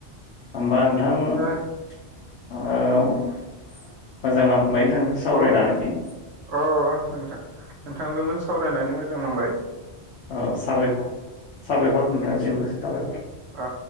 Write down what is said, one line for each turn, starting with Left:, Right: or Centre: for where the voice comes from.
Left: होमबा नोंथां
Right: दा
Left: औ मोजां नांबाय नोंथांजों सावरायनानै
Right: अ अ अ नोंथां नोंथांजोंबो सावरायनानै मोजां मोनबाय
Left: अ साबायखर साबायखर नोंथांसिमबो साबायखर
Right: आ